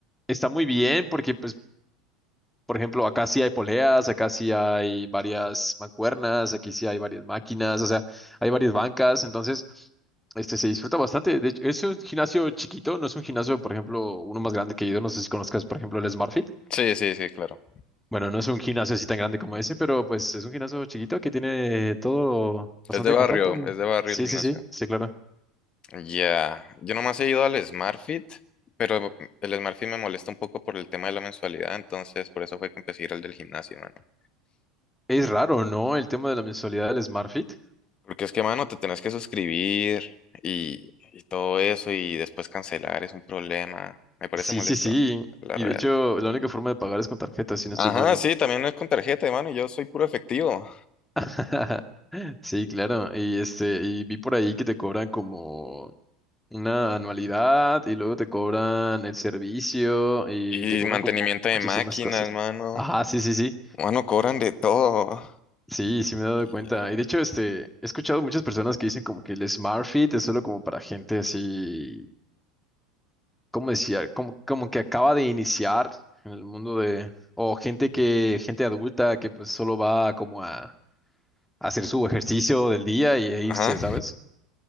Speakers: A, in the centre; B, on the left.
A: está muy bien porque, pues, por ejemplo, acá sí hay poleas, acá sí hay varias mancuernas, aquí sí hay varias máquinas, o sea, hay varias bancas, entonces, este, se disfruta bastante. De hecho, es un gimnasio chiquito, no es un gimnasio, por ejemplo, uno más grande que yo, no sé si conozcas, por ejemplo, el SmartFit.
B: Sí, sí, sí, claro.
A: Bueno, no es un gimnasio así tan grande como ese, pero, pues, es un gimnasio chiquito que tiene todo bastante
B: Es de barrio,
A: compacto.
B: es de barrio
A: Sí,
B: el gimnasio.
A: sí, sí, sí, claro.
B: Ya, Yo nomás he ido al SmartFit, pero el SmartFit me molesta un poco por el tema de la mensualidad, entonces por eso fue que empecé a ir al del gimnasio, mano.
A: Es raro, ¿no? El tema de la mensualidad del SmartFit.
B: Porque es que, mano, te tenés que suscribir y, y todo eso y después cancelar es un problema. Me parece
A: Sí,
B: molesto,
A: sí, sí.
B: la
A: Y
B: real.
A: de hecho, la única forma de pagar es con tarjeta, si no
B: Ajá,
A: estoy mal, ¿no?
B: sí, también es con tarjeta, mano, y yo soy puro efectivo.
A: <laughs> Sí, claro. Y este, y vi por ahí que te cobran como una anualidad y luego te cobran el servicio y
B: Y
A: te cobran
B: mantenimiento
A: como
B: de
A: muchísimas
B: máquinas,
A: cosas.
B: mano.
A: Ajá, sí, sí, sí.
B: Mano, cobran de todo.
A: Sí, sí me he dado
B: Y,
A: cuenta.
B: eh,
A: Y de hecho, este, he escuchado muchas personas que dicen como que el Smart Fit es solo como para gente así como decía, como, como que acaba de iniciar en el mundo de, o gente que, gente adulta que pues solo va como a, a hacer su ejercicio del día y a
B: Ajá.
A: irse, ¿sabes?